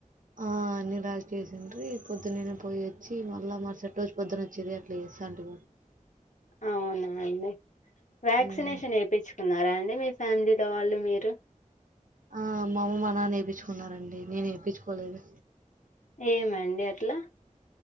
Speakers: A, on the right (about 75°); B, on the left (about 65°).
A: ఆ అన్నిీ లాక్ చేసిండ్రీ పొద్దునేనే పోయిొచ్చి మళ్ళా మర్సెట్ రోజు పొద్దున వచ్చేది అట్లా చేస్తాన్టి గద
B: అవునా అండి వ్యాక్సినేషన్
A: ఉమ్
B: ఏపిచ్చుకున్నారా అండి మీ ఫ్యామిలీలో వాళ్ళు మీరు
A: ఆ మా అమ్మ మా నాన్న ఏపిచ్చుకున్నారండి నేను ఏపిచ్చుకోలేదు
B: ఏమండి అట్లా